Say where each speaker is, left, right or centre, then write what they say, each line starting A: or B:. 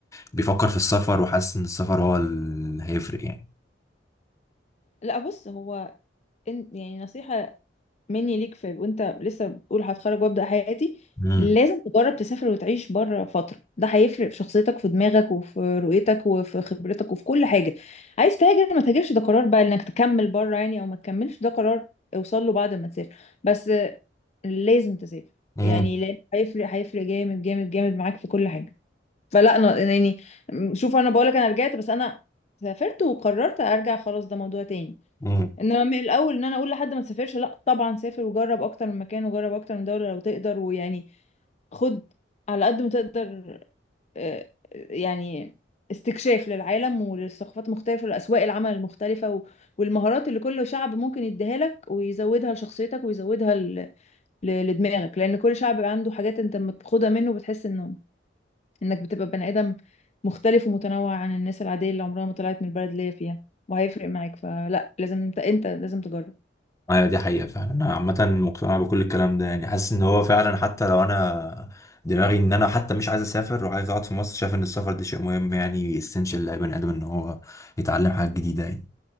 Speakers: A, on the left; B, on the left.
A: بيفكر في السفر وحاسس ان السفر هو اللي هيفرق يعني
B: لا بص هو إن- يعني نصيحة مني ليك في وانت لسه بتقول هتخرج وابدا حياتي
A: امم
B: لازم تجرب تسافر وتعيش بره فتره ده هيفرق في شخصيتك في دماغك وفي رؤيتك وفي خبرتك وفي كل حاجه عايز تهاجر ما تهاجرش ده قرار بقى انك تكمل بره يعني او ما تكملش ده قرار اوصل له بعد ما تسافر بس آه، لازم تسافر
A: امم
B: يعني لأن هيفرق هيفرق جامد جامد جامد معاك في كل حاجه فلا انا أنا يعني شوف انا بقولك انا رجعت بس انا سافرت وقررت ارجع خلاص ده موضوع تاني
A: امم
B: انما من الاول ان انا اقول لحد ما تسافرش لا طبعا سافر وجرب اكتر من مكان وجرب اكتر من دولة لو تقدر ويعني خد على قد ما تقدر آه، يعني استكشاف للعالم وللثقافات المختلفة ولأسواق العمل المختلفة و- والمهارات اللي كل شعب ممكن يديها لك ويزودها لشخصيتك ويزودها ل- ل- لدماغك لأن كل شعب عنده حاجات انت لما بتاخدها منه بتحس انه انك بتبقى بني آدم مختلف ومتنوع عن الناس العادية اللي عمرها ما طلعت من البلد اللي هي فيها وهيفرق معاك فلا لازم انت انت لازم تجرب
A: ايوه دي حقيقة فعلا انا عامة مقتنع بكل الكلام ده يعني حاسس ان هو فعلا حتى لو انا دماغي ان انا حتى مش عايز اسافر وعايز اقعد في مصر شايف ان السفر ده شيء مهم يعني اسينشال لاي بني ادم ان هو يتعلم حاجات جديدة يعني